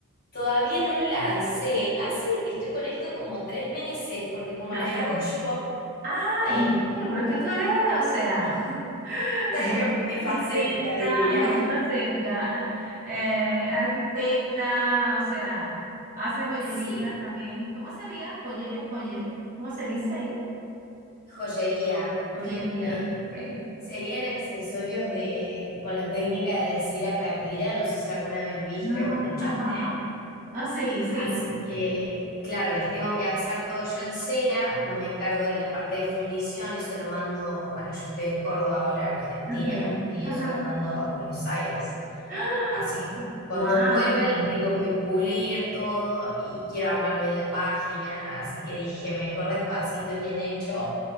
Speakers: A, on the left; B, on the right.
A: Todavía no lo lancé. Hace que estoy con esto como tres meses, porque como
B: Ah,
A: las hago
B: sí.
A: yo,
B: Ah,
A: eh,
B: en serio, pero es que tú eres, o sea, <laughs>
A: <laughs>
B: guau,
A: multifacética
B: arquitecta,
A: diría.
B: multifacética, eh, arquitecta, o sea, haces joyerías
A: Sí.
B: también. ¿Cómo sería? Joye, joye, ¿cómo se dice ahí?
A: Joyería.
B: Joyería,
A: Eh,
B: ok.
A: serían accesorios de, con la técnica de cera perdida. No sé si alguna vez viste
B: Ah,
A: o escuchaste.
B: ajá. Ah, sí, sí,
A: Así que, claro, las tengo que hacer todo yo en cera, no me encargo de la parte de fundición, eso lo mando, bueno, yo estoy en Córdoba ahora, Argentina,
B: ok.
A: y
B: Ajá.
A: eso lo mando a Buenos Aires.
B: <gasps> ¡Ah!
A: Así que cuando
B: ¡Guau!
A: vuelven las tengo que pulir todo y quiero armar bien la página, así que dije, mejor despacito y bien hecho